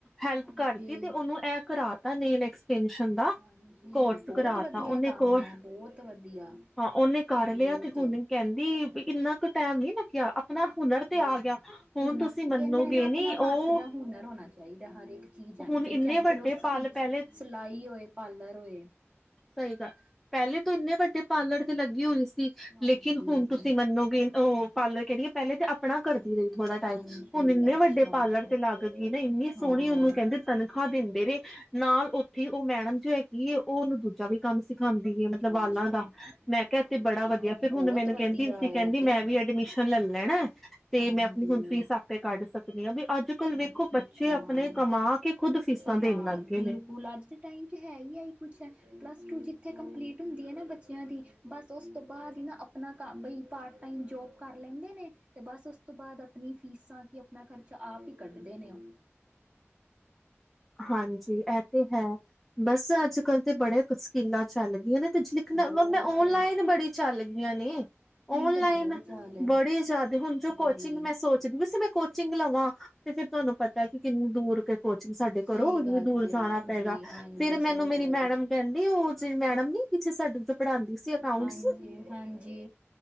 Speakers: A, in the centre; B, on the right (about 30°).
A: ਹੈਲਪ
B: ਹਾਂਜੀ,
A: ਕਰਤੀ, ਤੇ ਉਹਨੂੰ ਇਹ ਕਰਾ ਤਾ ਨੇਲ ਐਕਸ ਟੈਨਸ਼ਨ ਦਾ
B: ਹਾਂਜੀ
A: ਕੋਰਸ
B: ਬਹੁਤ
A: ਕਰਾ
B: ਵਧੀਆ
A: ਤਾ, ਉਹਨੇ
B: ਕੰਮ
A: ਕੋਰ
B: ਐ ਬਹੁਤ ਵਧੀਆ।
A: ਹਾਂ, ਉਹਨੇ ਕਰ
B: ਬਹੁਤ
A: ਲਿਆ ਤੇ, ਹੁਣ ਕਹਿੰਦੀ ਵੀ ਇੰਨਾ ਕੁ ਟਾਈਮ ਨਹੀ, ਉ ਉਚ ਥ੍ਰਹ ਲੱਗਿਆ ਆਪਣਾ
B: ਹਾਂਜੀ
A: ਹੁਨਰ ਤੇ ਆ ਗਿਆ
B: ਹੁਣ
A: ਤੁਸੀਂ ਮੰਨੋਗੇ
B: ਕਹਿੰਦੇ ਨੇ, ਨਾ ਆਪਣਾ
A: ਨੀ ਉਹ
B: ਹੱਥ ਦਾ ਹੁਨਰ ਹੋਣਾ ਚਾਹੀਦਾ ਹਰ ਇੱਕ ਚੀਜ਼ ਆਣੀ
A: ਹੁਣ
B: ਚਾਹੀਦੀ,
A: ਇੰਨੇ
B: ਚਾਹੇ ਫਿਰ
A: ਵੱਡੇ
B: ਉਹ ਸਿ
A: ਪਲ ਪਹਿਲੇ
B: ਸਿਲਾਈ ਹੋਏ, ਪਾਰਲਰ ਹੋਏ?
A: ਸਹੀ ਗੱਲ ਹੈ, ਪਹਿਲੇ ਤੂੰ ਇੰਨੇ ਵੱਡੇ ਪਾਰਲਰ ਤੇ ਲੱਗੀ ਹੋਈ ਸੀ,
B: ਹਾਂਜੀ।
A: ਲੇਕਿਨ ਹੁਣ ਤੁਸੀਂ ਮੰਨੋਗੇ ਉਹ ਪਾਰਲਰ, ਕਹਿ ਰਹੀ ਪਹਿਲੇ ਤਾਂ ਆਪਣਾ ਕਰਦੀ ਰਹੀ, ਥੋੜਾ ਟਾਈਮ,
B: ਹਾਂਜੀ
A: ਹੁਣ ਇੰਨੇ
B: ਅੱਛਾ
A: ਵੱਡੇ ਪਾਰਲਰ
B: ਅੱਛਾ
A: ਤੇ ਲੱਗ ਗਈ ਨਾ, ਇੰਨੀ
B: ਹਾਂ।
A: ਸੋਹਣੀ ਉਹਨੂੰ ਕਹਿੰਦੇ ਤਨਖਾਹ ਦਿੰਦੇ ਨੇ, ਨਾਲ ਉੱਥੇ ਉਹ ਮੈਡਮ ਜੋ ਹੈਗੀ ਐ ਉਹ ਉਹਨੂੰ, ਦੂਜਾ ਵੀ ਕੰਮ ਸਿਖਾਉਂਦੀ ਹੈ
B: ਅੱਛਾ
A: ਮਤਲਬ ਵਾਲਾਂ
B: ਅੱਛਾ
A: ਦਾ ਮੈਂ ਕਿਹਾ,
B: ਅੱਛਾ
A: ਤੇ ਬੜਾ ਵਧੀਆ, ਫਿਰ
B: ਬਹੁਤ
A: ਹੁਣ ਮੈਨੂੰ
B: ਵਧੀਆ
A: ਕਹਿੰਦੀ ਸੀ, ਕਹਿੰਦੀ
B: ਆ ਤੇ
A: ਮੈਂ ਵੀ, ਅਡਮਿਸ਼ਨ ਲੈ ਲੈਣਾ। ਤੇ
B: ਹਾਂਜੀ।
A: ਮੈਂ ਆਪਣੀ ਹੁਣ ਫੀਸ ਆਪੇ ਕੱਢ ਸਕਦੀ ਹਾਂ, ਬਈ ਅੱਜ -ਕੱਲ ਵੇਖੋ,
B: ਅੱਛਾ
A: ਬੱਚੇ
B: ਅੱਛਾ।
A: ਆਪਣੇ ਕਮਾ ਕਿ, ਖੁਦ ਫੀਸਾਂ
B: ਕਮਾ
A: ਦੇਣ ਲੱਗ ਗਏ
B: ਬਿਲਕੁਲ
A: ਨੇ।
B: ਅੱਜ ਦੇ ਟਾਈਮ ਚ ਹੈ ਹੀ, ਇਹੀ ਕੁਛ ਹੈ, ਪਲੱਸ ਟੂ ਜਿੱਥੇ ਕੰਪਲੀਟ ਹੁੰਦੀ ਹੈ ਨਾ, ਬੱਚਿਆਂ ਦੀ। ਬਸ ਉਸ ਤੋਂ ਬਾਅਦ ਹੀ ਨਾ, ਆਪਣਾ ਬਈ ਪਾਰਟ ਟਾਈਮ ਜੋਬ ਕਰ ਲੈਂਦੇ ਨੇ, ਤੇ ਬਸ ਉਸ ਤੋਂ ਬਾਅਦ। ਆਪਣੀ ਫੀਸਾਂ ਕੀ, ਆਪਣਾ ਖਰਚਾ ਆਪ ਹੀ, ਕੱਢਦੇ ਨੇ ਉਹ।
A: ਹਾਂਜੀ ਇਹ ਤੇ ਹੈ, ਬਸ ਅੱਜ -ਕੱਲ ਤੇ, ਬੜੇ ਕਸਕੀਲਾਂ ਚੱਲ ਗਈਆਂ ਨੇ। ਕੁਛ ਲਿਖਣਾ,
B: ਬਹੁਤ
A: <unintelligible> ਔਨਲਾਈਨ ਬੜੀ ਚੱਲ ਗਈਆਂ ਨੇ। ਔਨਲਾਈਨ
B: ਤਾਂ ਬਹੁਤ ਚਾਲ ਹੈ
A: ਬੜੇ ਜ਼ਿਆਦਾ, ਹੁਣ ਜੋ ਕੋਚਿੰਗ
B: ਬੜੀ
A: ਮੈਂ ਸੋਚਦੀ, ਵੈਸੇ ਮੈ ਕੋ ਕੋਚਿੰਗ ਲਵਾਂ, ਤੇ ਫਿਰ ਤੁਹਾਨੂੰ ਪਤਾ, ਕਿ ਕਿੰਨੀ ਦੂਰ ਕੇ ਕੋਚਿੰਗ ਸਾਡੇ।
B: ਸਹੀ
A: ਘਰੋਂ ਇਨੀਂ
B: ਗੱਲ
A: ਦੂਰ
B: ਜੇ
A: ਜਾਣਾ
B: ਹਾਂਜੀ
A: ਪਏਗਾ,
B: ਹਾਂਜੀ
A: ਫੇਰ
B: ਸਹੀ
A: ਮੈਨੂੰ ਮੇਰੀ
B: ਗੱਲ
A: ਮੈਡਮ।
B: ਜੇ
A: ਕਹਿੰਦੀ, ਉਹ ਜਿਹੜੀ ਮੈਡਮ ਨੀ ਹੈਗੀ ਸੀ ਸਾਡੇ ਓਥੇ ਪੜ੍ਹਾਉਂਦੀ ਸੀ, ਅਕਾਊਂਟ
B: ਹਾਂਜੀ ਹਾਂਜੀ